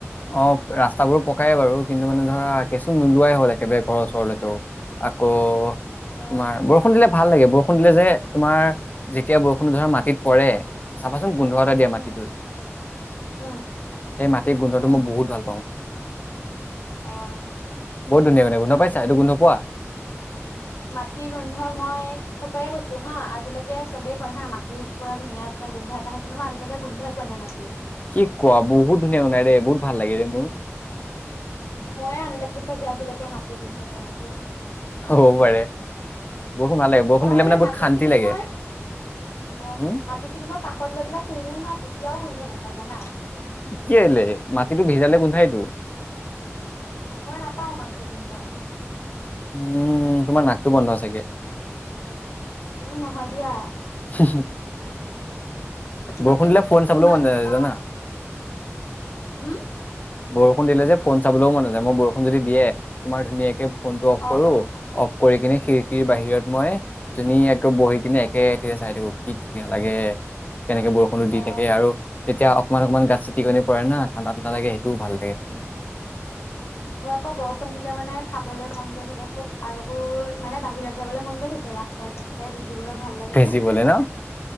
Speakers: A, on the left; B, on the left.
A: অ' ৰাস্তাাবোৰ পকাই বাৰু। কিন্তু মানে ধৰা, কেঁচু নোলোৱাই হ'ল একেবাৰে ঘৰৰ ওচৰলৈকেও, আকৌ
B: অ'
A: তোমাৰ বৰষুণ দিলে ভাল লাগে। বৰষুণ দিলে যে তোমাৰ, যেতিয়া বৰষুণ ধৰা মাটিত পৰে। চাবা। <unintelligible> গোন্ধ এটা দিয়া মাটিটোৰ।
B: উম উম
A: সেই মাটি গোন্ধটো
B: উম।
A: মই বহুত ভাল পাওঁ।
B: অ'।
A: বহুত ধুনীয়া মানে, গোন্ধ পাইছা? এইটো গোন্ধ পোৱা।
B: মাটি গোন্ধ, মই সচাকে কৈছো হা আ আজিলেকে চবেই কই হা মা টিৰ পৰা ধুনীয়া চাই গোন্ধ এটা আহে, কিন্তু মই আজিলৈকে গোন্ধই পোৱা নাই মাটিৰ।
A: কি কোৱা, বহুত ধুনীয়া গোন্ধাই দে বহুত ভাল লাগেৰে মোৰ।
B: মইয়ে আনলাকি চাগে আজিলৈকে মাটিৰ গোন্ধ পোৱা নাই দেই।
A: হ'ব পাৰে। বৰষুণ ভাল লাগে বৰষুণ
B: মই
A: দিলে
B: মানে
A: বহুত
B: মাটিখিনি
A: শান্তি লাগে
B: মই অহ'
A: উম
B: মাটিখিনি মই কাষত লৈ পেলাই শুঙো হা তে তিয়াও গোন্ধ নাপাও জানা।
A: কেলে, মাটিটো ভিজালে গোন্ধাইতো।
B: মই নাপাওঁ, মাটিৰ গোন্ধ আকৌ।
A: উম, তোমাৰ নাকটো বন্ধ চাগে।
B: ই নহয় দিয়া।
A: হুহুম বৰষুণ
B: বাকী
A: দিলে ফোন চাবলে
B: তোমাক
A: মন যোৱা নাই
B: আহ
A: জানা।
B: হম
A: বৰ ষুণ দিলে যে ফোন চাবলৈও মন নাযায় মই বৰষুণ যদি দিয়ে তোমাৰ ধুনীয়াকে ফোন টো অফ
B: অ
A: কৰো
B: অ
A: অফ কৰি কিনে খিৰিকীৰ
B: উম
A: বাহিৰত মই। ধুনীয়াকে। বহি কিনে
B: উম
A: একে। খিৰিকিৰে চাই থাকো কি ধুনীয়া লাগে কেনেকে বৰষুণো দি
B: অ
A: থাকে আৰু তেতিয়া অকমান অকনমান গাত চিত টিকনি পৰে না ঠাণ্ডা ঠাণ্ডা লাগে। সেইটোও ভাল লাগে
B: উম মোৰ আকৌ বৰষুণ দিলে মানে খাবলৈ মন। গৈ থাকে খুব আৰু মোৰ মানে বাহিৰত যাবলৈ মন গৈ থাকে ৰাস্তাই চাস্তাই। ভিজিবলৈও ভাল লাগে
A: ভিজিবলে
B: যে,
A: ন